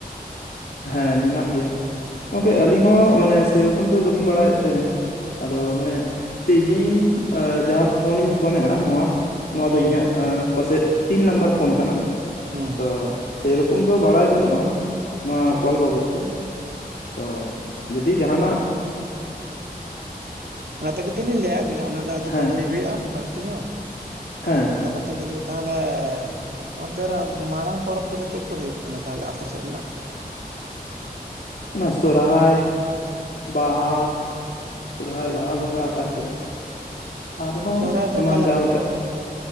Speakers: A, on the left; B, on the right.
A: ᱦᱮᱸ ᱢᱮᱱᱟᱜ ᱜᱮᱭᱟ ᱜᱚᱝᱠᱮ ᱟᱹᱞᱤᱧ ᱦᱚᱸ ᱢᱟᱱᱮ ᱥᱮᱨᱚᱠᱚᱢ ᱫᱚ ᱵᱟᱹᱞᱤᱧ ᱵᱟᱲᱟᱭᱮᱜ ᱛᱟᱦᱮᱱᱟ᱾ ᱟᱫᱚ ᱢᱟᱱᱮ ᱛᱤᱦᱤᱧ ᱮ ᱡᱟᱦᱟᱸ ᱯᱷᱳᱱᱤᱧ ᱯᱷᱳᱱᱮᱜᱼᱟ ᱱᱚᱣᱟ ᱱᱚᱣᱟ
B: ᱦᱩᱸ
A: ᱫᱚ ᱟ ᱤᱧᱟᱹᱜ ᱯᱟᱥᱮᱜ ᱛᱤᱱ ᱱᱟᱢᱵᱟᱨ ᱯᱷᱳᱱ ᱠᱟᱱᱟ
B: ᱦᱩᱸ
A: ᱛᱚ ᱥᱮ ᱠᱚᱢ ᱫᱚ ᱵᱟᱲᱟᱭ ᱵᱟᱹᱱᱩᱜᱼᱟ᱾ ᱱᱚᱣᱟ
B: ᱴᱷᱤᱠ
A: ᱠᱚᱞ ᱵᱟᱵᱚᱛ ᱛᱮ, ᱛᱚ ᱡᱩᱫᱤ ᱡᱟᱦᱟᱸᱱᱟᱜ
B: ᱚᱱᱟ ᱛᱮᱜᱮ ᱛᱚᱞᱤᱧ ᱞᱟᱹᱭᱟᱜ ᱵᱤᱱᱟ ᱚᱱᱟ ᱫᱚ ᱟᱫᱚ
A: ᱦᱮᱸ
B: ᱵᱟᱝ ᱞᱟᱹᱭ ᱦᱩᱭᱩᱜᱼᱟ ᱵᱟᱲᱛᱤ ᱦᱮᱸ᱾
A: ᱦᱮᱸ
B: ᱴᱚᱯᱤᱠ
A: ᱦᱮᱸ
B: <unintelligible> ᱛᱮᱜᱮ ᱞᱤᱧ ᱛᱟᱦᱚᱞᱮ, ᱚᱱᱛᱮ ᱨᱮ ᱢᱟᱨᱟᱝ ᱯᱚᱨᱚᱵᱽ ᱠᱚᱫᱚ ᱪᱮᱫ ᱠᱚ ᱦᱳᱭᱳᱜ ᱠᱟᱱᱟ ᱛᱟᱦᱚᱞᱮ ᱟᱯᱮ ᱥᱮᱫ ᱨᱮᱱᱟᱜ?
A: ᱚᱱᱟ ᱥᱚᱨᱦᱟᱭ, ᱵᱟᱦᱟ,
B: ᱦᱩᱸ
A: ᱥᱚᱨᱦᱟᱭ,
B: ᱴᱷᱤᱠ
A: ᱵᱟᱦᱟ ᱵᱚᱸᱜᱟ ᱛᱟᱨᱯᱚᱨᱮ ᱟᱨᱦᱚᱸ
B: ᱥᱚᱦᱨᱟᱭ ᱫᱚ
A: ᱮᱢᱟᱱ
B: ᱚᱠᱟ
A: ᱡᱟᱦᱟᱸ ᱞᱮᱠᱟ